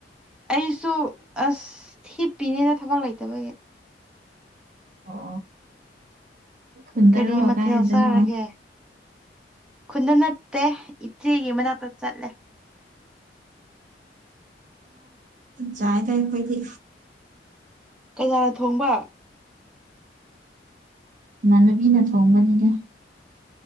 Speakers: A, in the centre; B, on the right.
A: ꯑꯩꯁꯨ ꯑꯁ ꯍꯤꯞꯄꯤꯅꯦꯅ ꯊꯕꯛ ꯂꯩꯇꯕꯒꯤ
B: ꯑꯣ ꯈꯨꯟꯗꯔꯣ
A: ꯀꯔꯤ ꯃꯊꯦꯜ
B: ꯀꯥꯏꯗꯅꯣ
A: ꯆꯥꯔꯒꯦ ꯈꯨꯟꯗ ꯅꯠꯇꯦ ꯏꯆꯦꯒꯤ ꯃꯅꯥꯛꯇ ꯆꯠꯂꯦ
B: ꯆꯥꯏ ꯇꯥꯏ ꯈꯣꯏꯗꯤ
A: ꯀꯅꯥꯅ ꯊꯣꯡꯕ
B: ꯏꯃꯥꯟꯅꯕꯤꯅ ꯊꯣꯡꯕꯅꯤꯗ